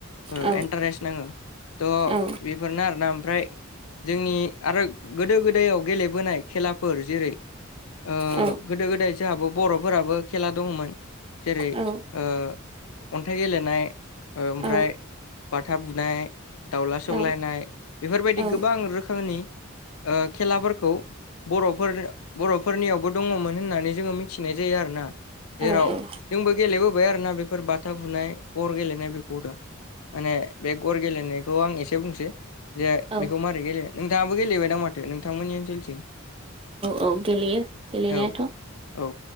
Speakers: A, on the left (about 85°); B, on the right (about 25°).
A: ओ एन
B: औ
A: इन्टारेस्ट नाङो थ'
B: औ
A: बेफोरनो आरोना ओमफ्राय जोंनि आरो गोदो गोदायाव गेलेबोनाय खेलाफोर जेरै ओ
B: औ
A: गोदो गोदाय जोंहाबो बर'फोराबो खेला दङमोन। जेरै
B: औ
A: ओ अन्थाइ गेलेनाय ओमफ्राय
B: औ
A: बाथा बुनाय दावला सौलायनाय
B: औ
A: बेफोरबायदि
B: औ
A: गोबां रोखोम फोरनि खेलाफोरखौ बर'फोर बर'फोरनियावबो दङमोन होननानै जोङो मिथिनाय जायो आरोना।
B: औ
A: जेराव जोंबो गेलेबोबाय आरो ना बेफोर बाथा बुनाय गर गेलेनाय बेखौ खौ दा माने बे गर गेलेनायखौ आं एसे बुंसै जे
B: औ
A: बेखौ मारै गेलेयो नोंथाङाबो गेलेबाय दा माथो नोंथांमोननि ओनसोलथिं
B: औ गेलेयो गेलेनायाथ'
A: औ औ